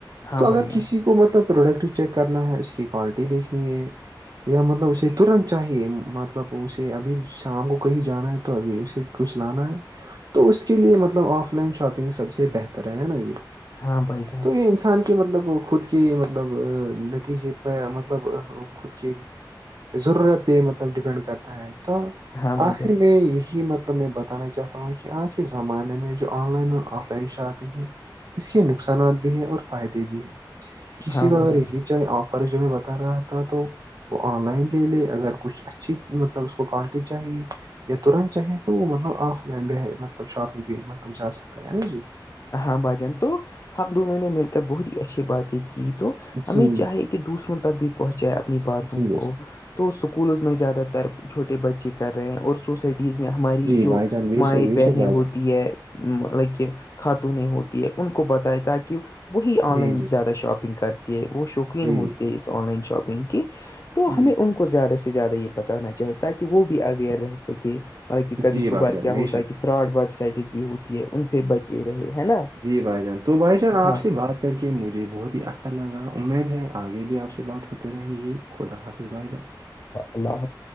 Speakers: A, on the left; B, on the right.
A: ہاں
B: تو
A: بھائی
B: اگر
A: جان
B: کسی کو مطلب پروڈکٹ چیک کرنا ہے اس کی کوالٹی دیکھنی ہے یا مطلب اسے ترنت چاہیے مطلب اسے ابھی شام کو کہیں جانا ہے تو ابھی اسے کچھ لانا ہے تو اس کے لیے مطلب آف لائن شاپنگ سب سے بہتر ہے نا جی
A: ہاں بائی جان
B: تو یہ انسان کے مطلب خود کی مطلب نتیجے پر مطلب خود کے ضرورت پہ مطلب ڈیپینڈ کرتا ہے تو
A: ہاں بھائی
B: آخر
A: جان
B: میں یہی مطلب میں بتا بتانا چاہتا ہوں کہ آج کے زمانے میں جو آن لائن اور آف لائن شاپ گ اس کے نقصانات بھی ہیں اور فائدے بھی ہیں کسی
A: ہاں
B: کو
A: بھائی
B: اگر
A: جان
B: یہ آفر جو میں بتا رہا تھا تو وہ آن لائن لے لے اگر کچھ اچھی مطلب اس کو کوالٹی چاہیے یا ترنت چاہیں تو وہ مطلب آف لائن مطلب شاپنگ بھی مطلب جا سکتا ہے نا جی
A: ہاں بھائی جان تو ہمب دونوں نے مل کر بہت ہی اچھی باتیں کی تو ہمیں
B: جی
A: چاہے کہ دوسروں تک بھی پہنچائے اپنی باتوں
B: جی
A: کو
B: بے شک
A: تو اسکولز میں زیادہ تر چھوٹے بچے کر رہے ہیں اور سوسائٹیز میں ہماری
B: جی
A: جو
B: بھائی جان بے
A: مائ
B: شک بے
A: بہنیں
B: شک بھائی
A: ہوتی
B: جان
A: ہے لائک خاتونیں ہوتی ہے ان کو بتائے تاکہ وہی آن
B: جی
A: لائن
B: جی
A: زیادہ شاپنگ کرتی ہے وہ شوق
B: جی
A: ہوتی
B: جی
A: آن ل شنگ کی تو
B: جی
A: ہم کو زیادہ سے زیادہ یہ بتانا چاہے تاکہ وہ بھی اویئر رہ سکے مطلب کہ کبھی
B: جی بھائی
A: کبھار
B: جان
A: کیا
B: بے
A: ہوتا
B: شک
A: ہے کہ فراڈ ویب سائٹز بھی ہوتی ہے ان سے بچے رہے ہے نا
B: جی بھائی جان تو بھائی جان آپ
A: ہاں
B: سے بات کر کے مجھے بہت ہی اچھا لگا امید ہے آگے بھی آپ سے بات ہو ان یہ خودا حا بھیمار
A: اللہ حافظ